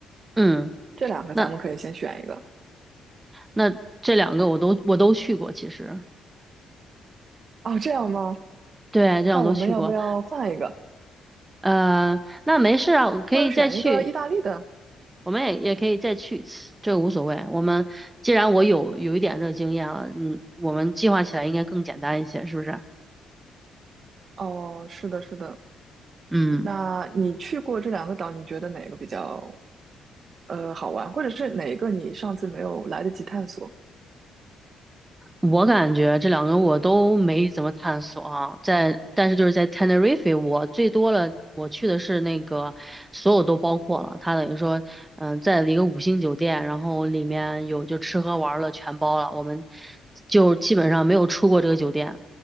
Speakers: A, on the right; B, on the right.
A: 嗯，
B: 这两个咱们可以先选一个
A: 那那这两个我都我都去过，其实，
B: 哦，这样吗？
A: 对，这两个都去过，
B: 那我们要不要换一个，
A: 呃，那没事啊，我可以再去，
B: 或者选一个意大利的？
A: 我们也也可以再去一次，这个无所谓。我们既然我有有一点这个经验了，嗯，我们计划起来应该更简单一些，是不是？
B: 哦，是的，是的。
A: 嗯
B: 那你去过这两个岛，你觉得哪个比较呃好玩，或者是哪一个你上次没有来得及探索？
A: 我感觉这两个我都没怎么探索啊，在但是就是在 Tenerife，我最多了，我去的是那个所有都包括了，它等于说，嗯，在一个五星酒店，然后里面有就吃喝玩乐全包了，我们就基本上没有出过这个酒店，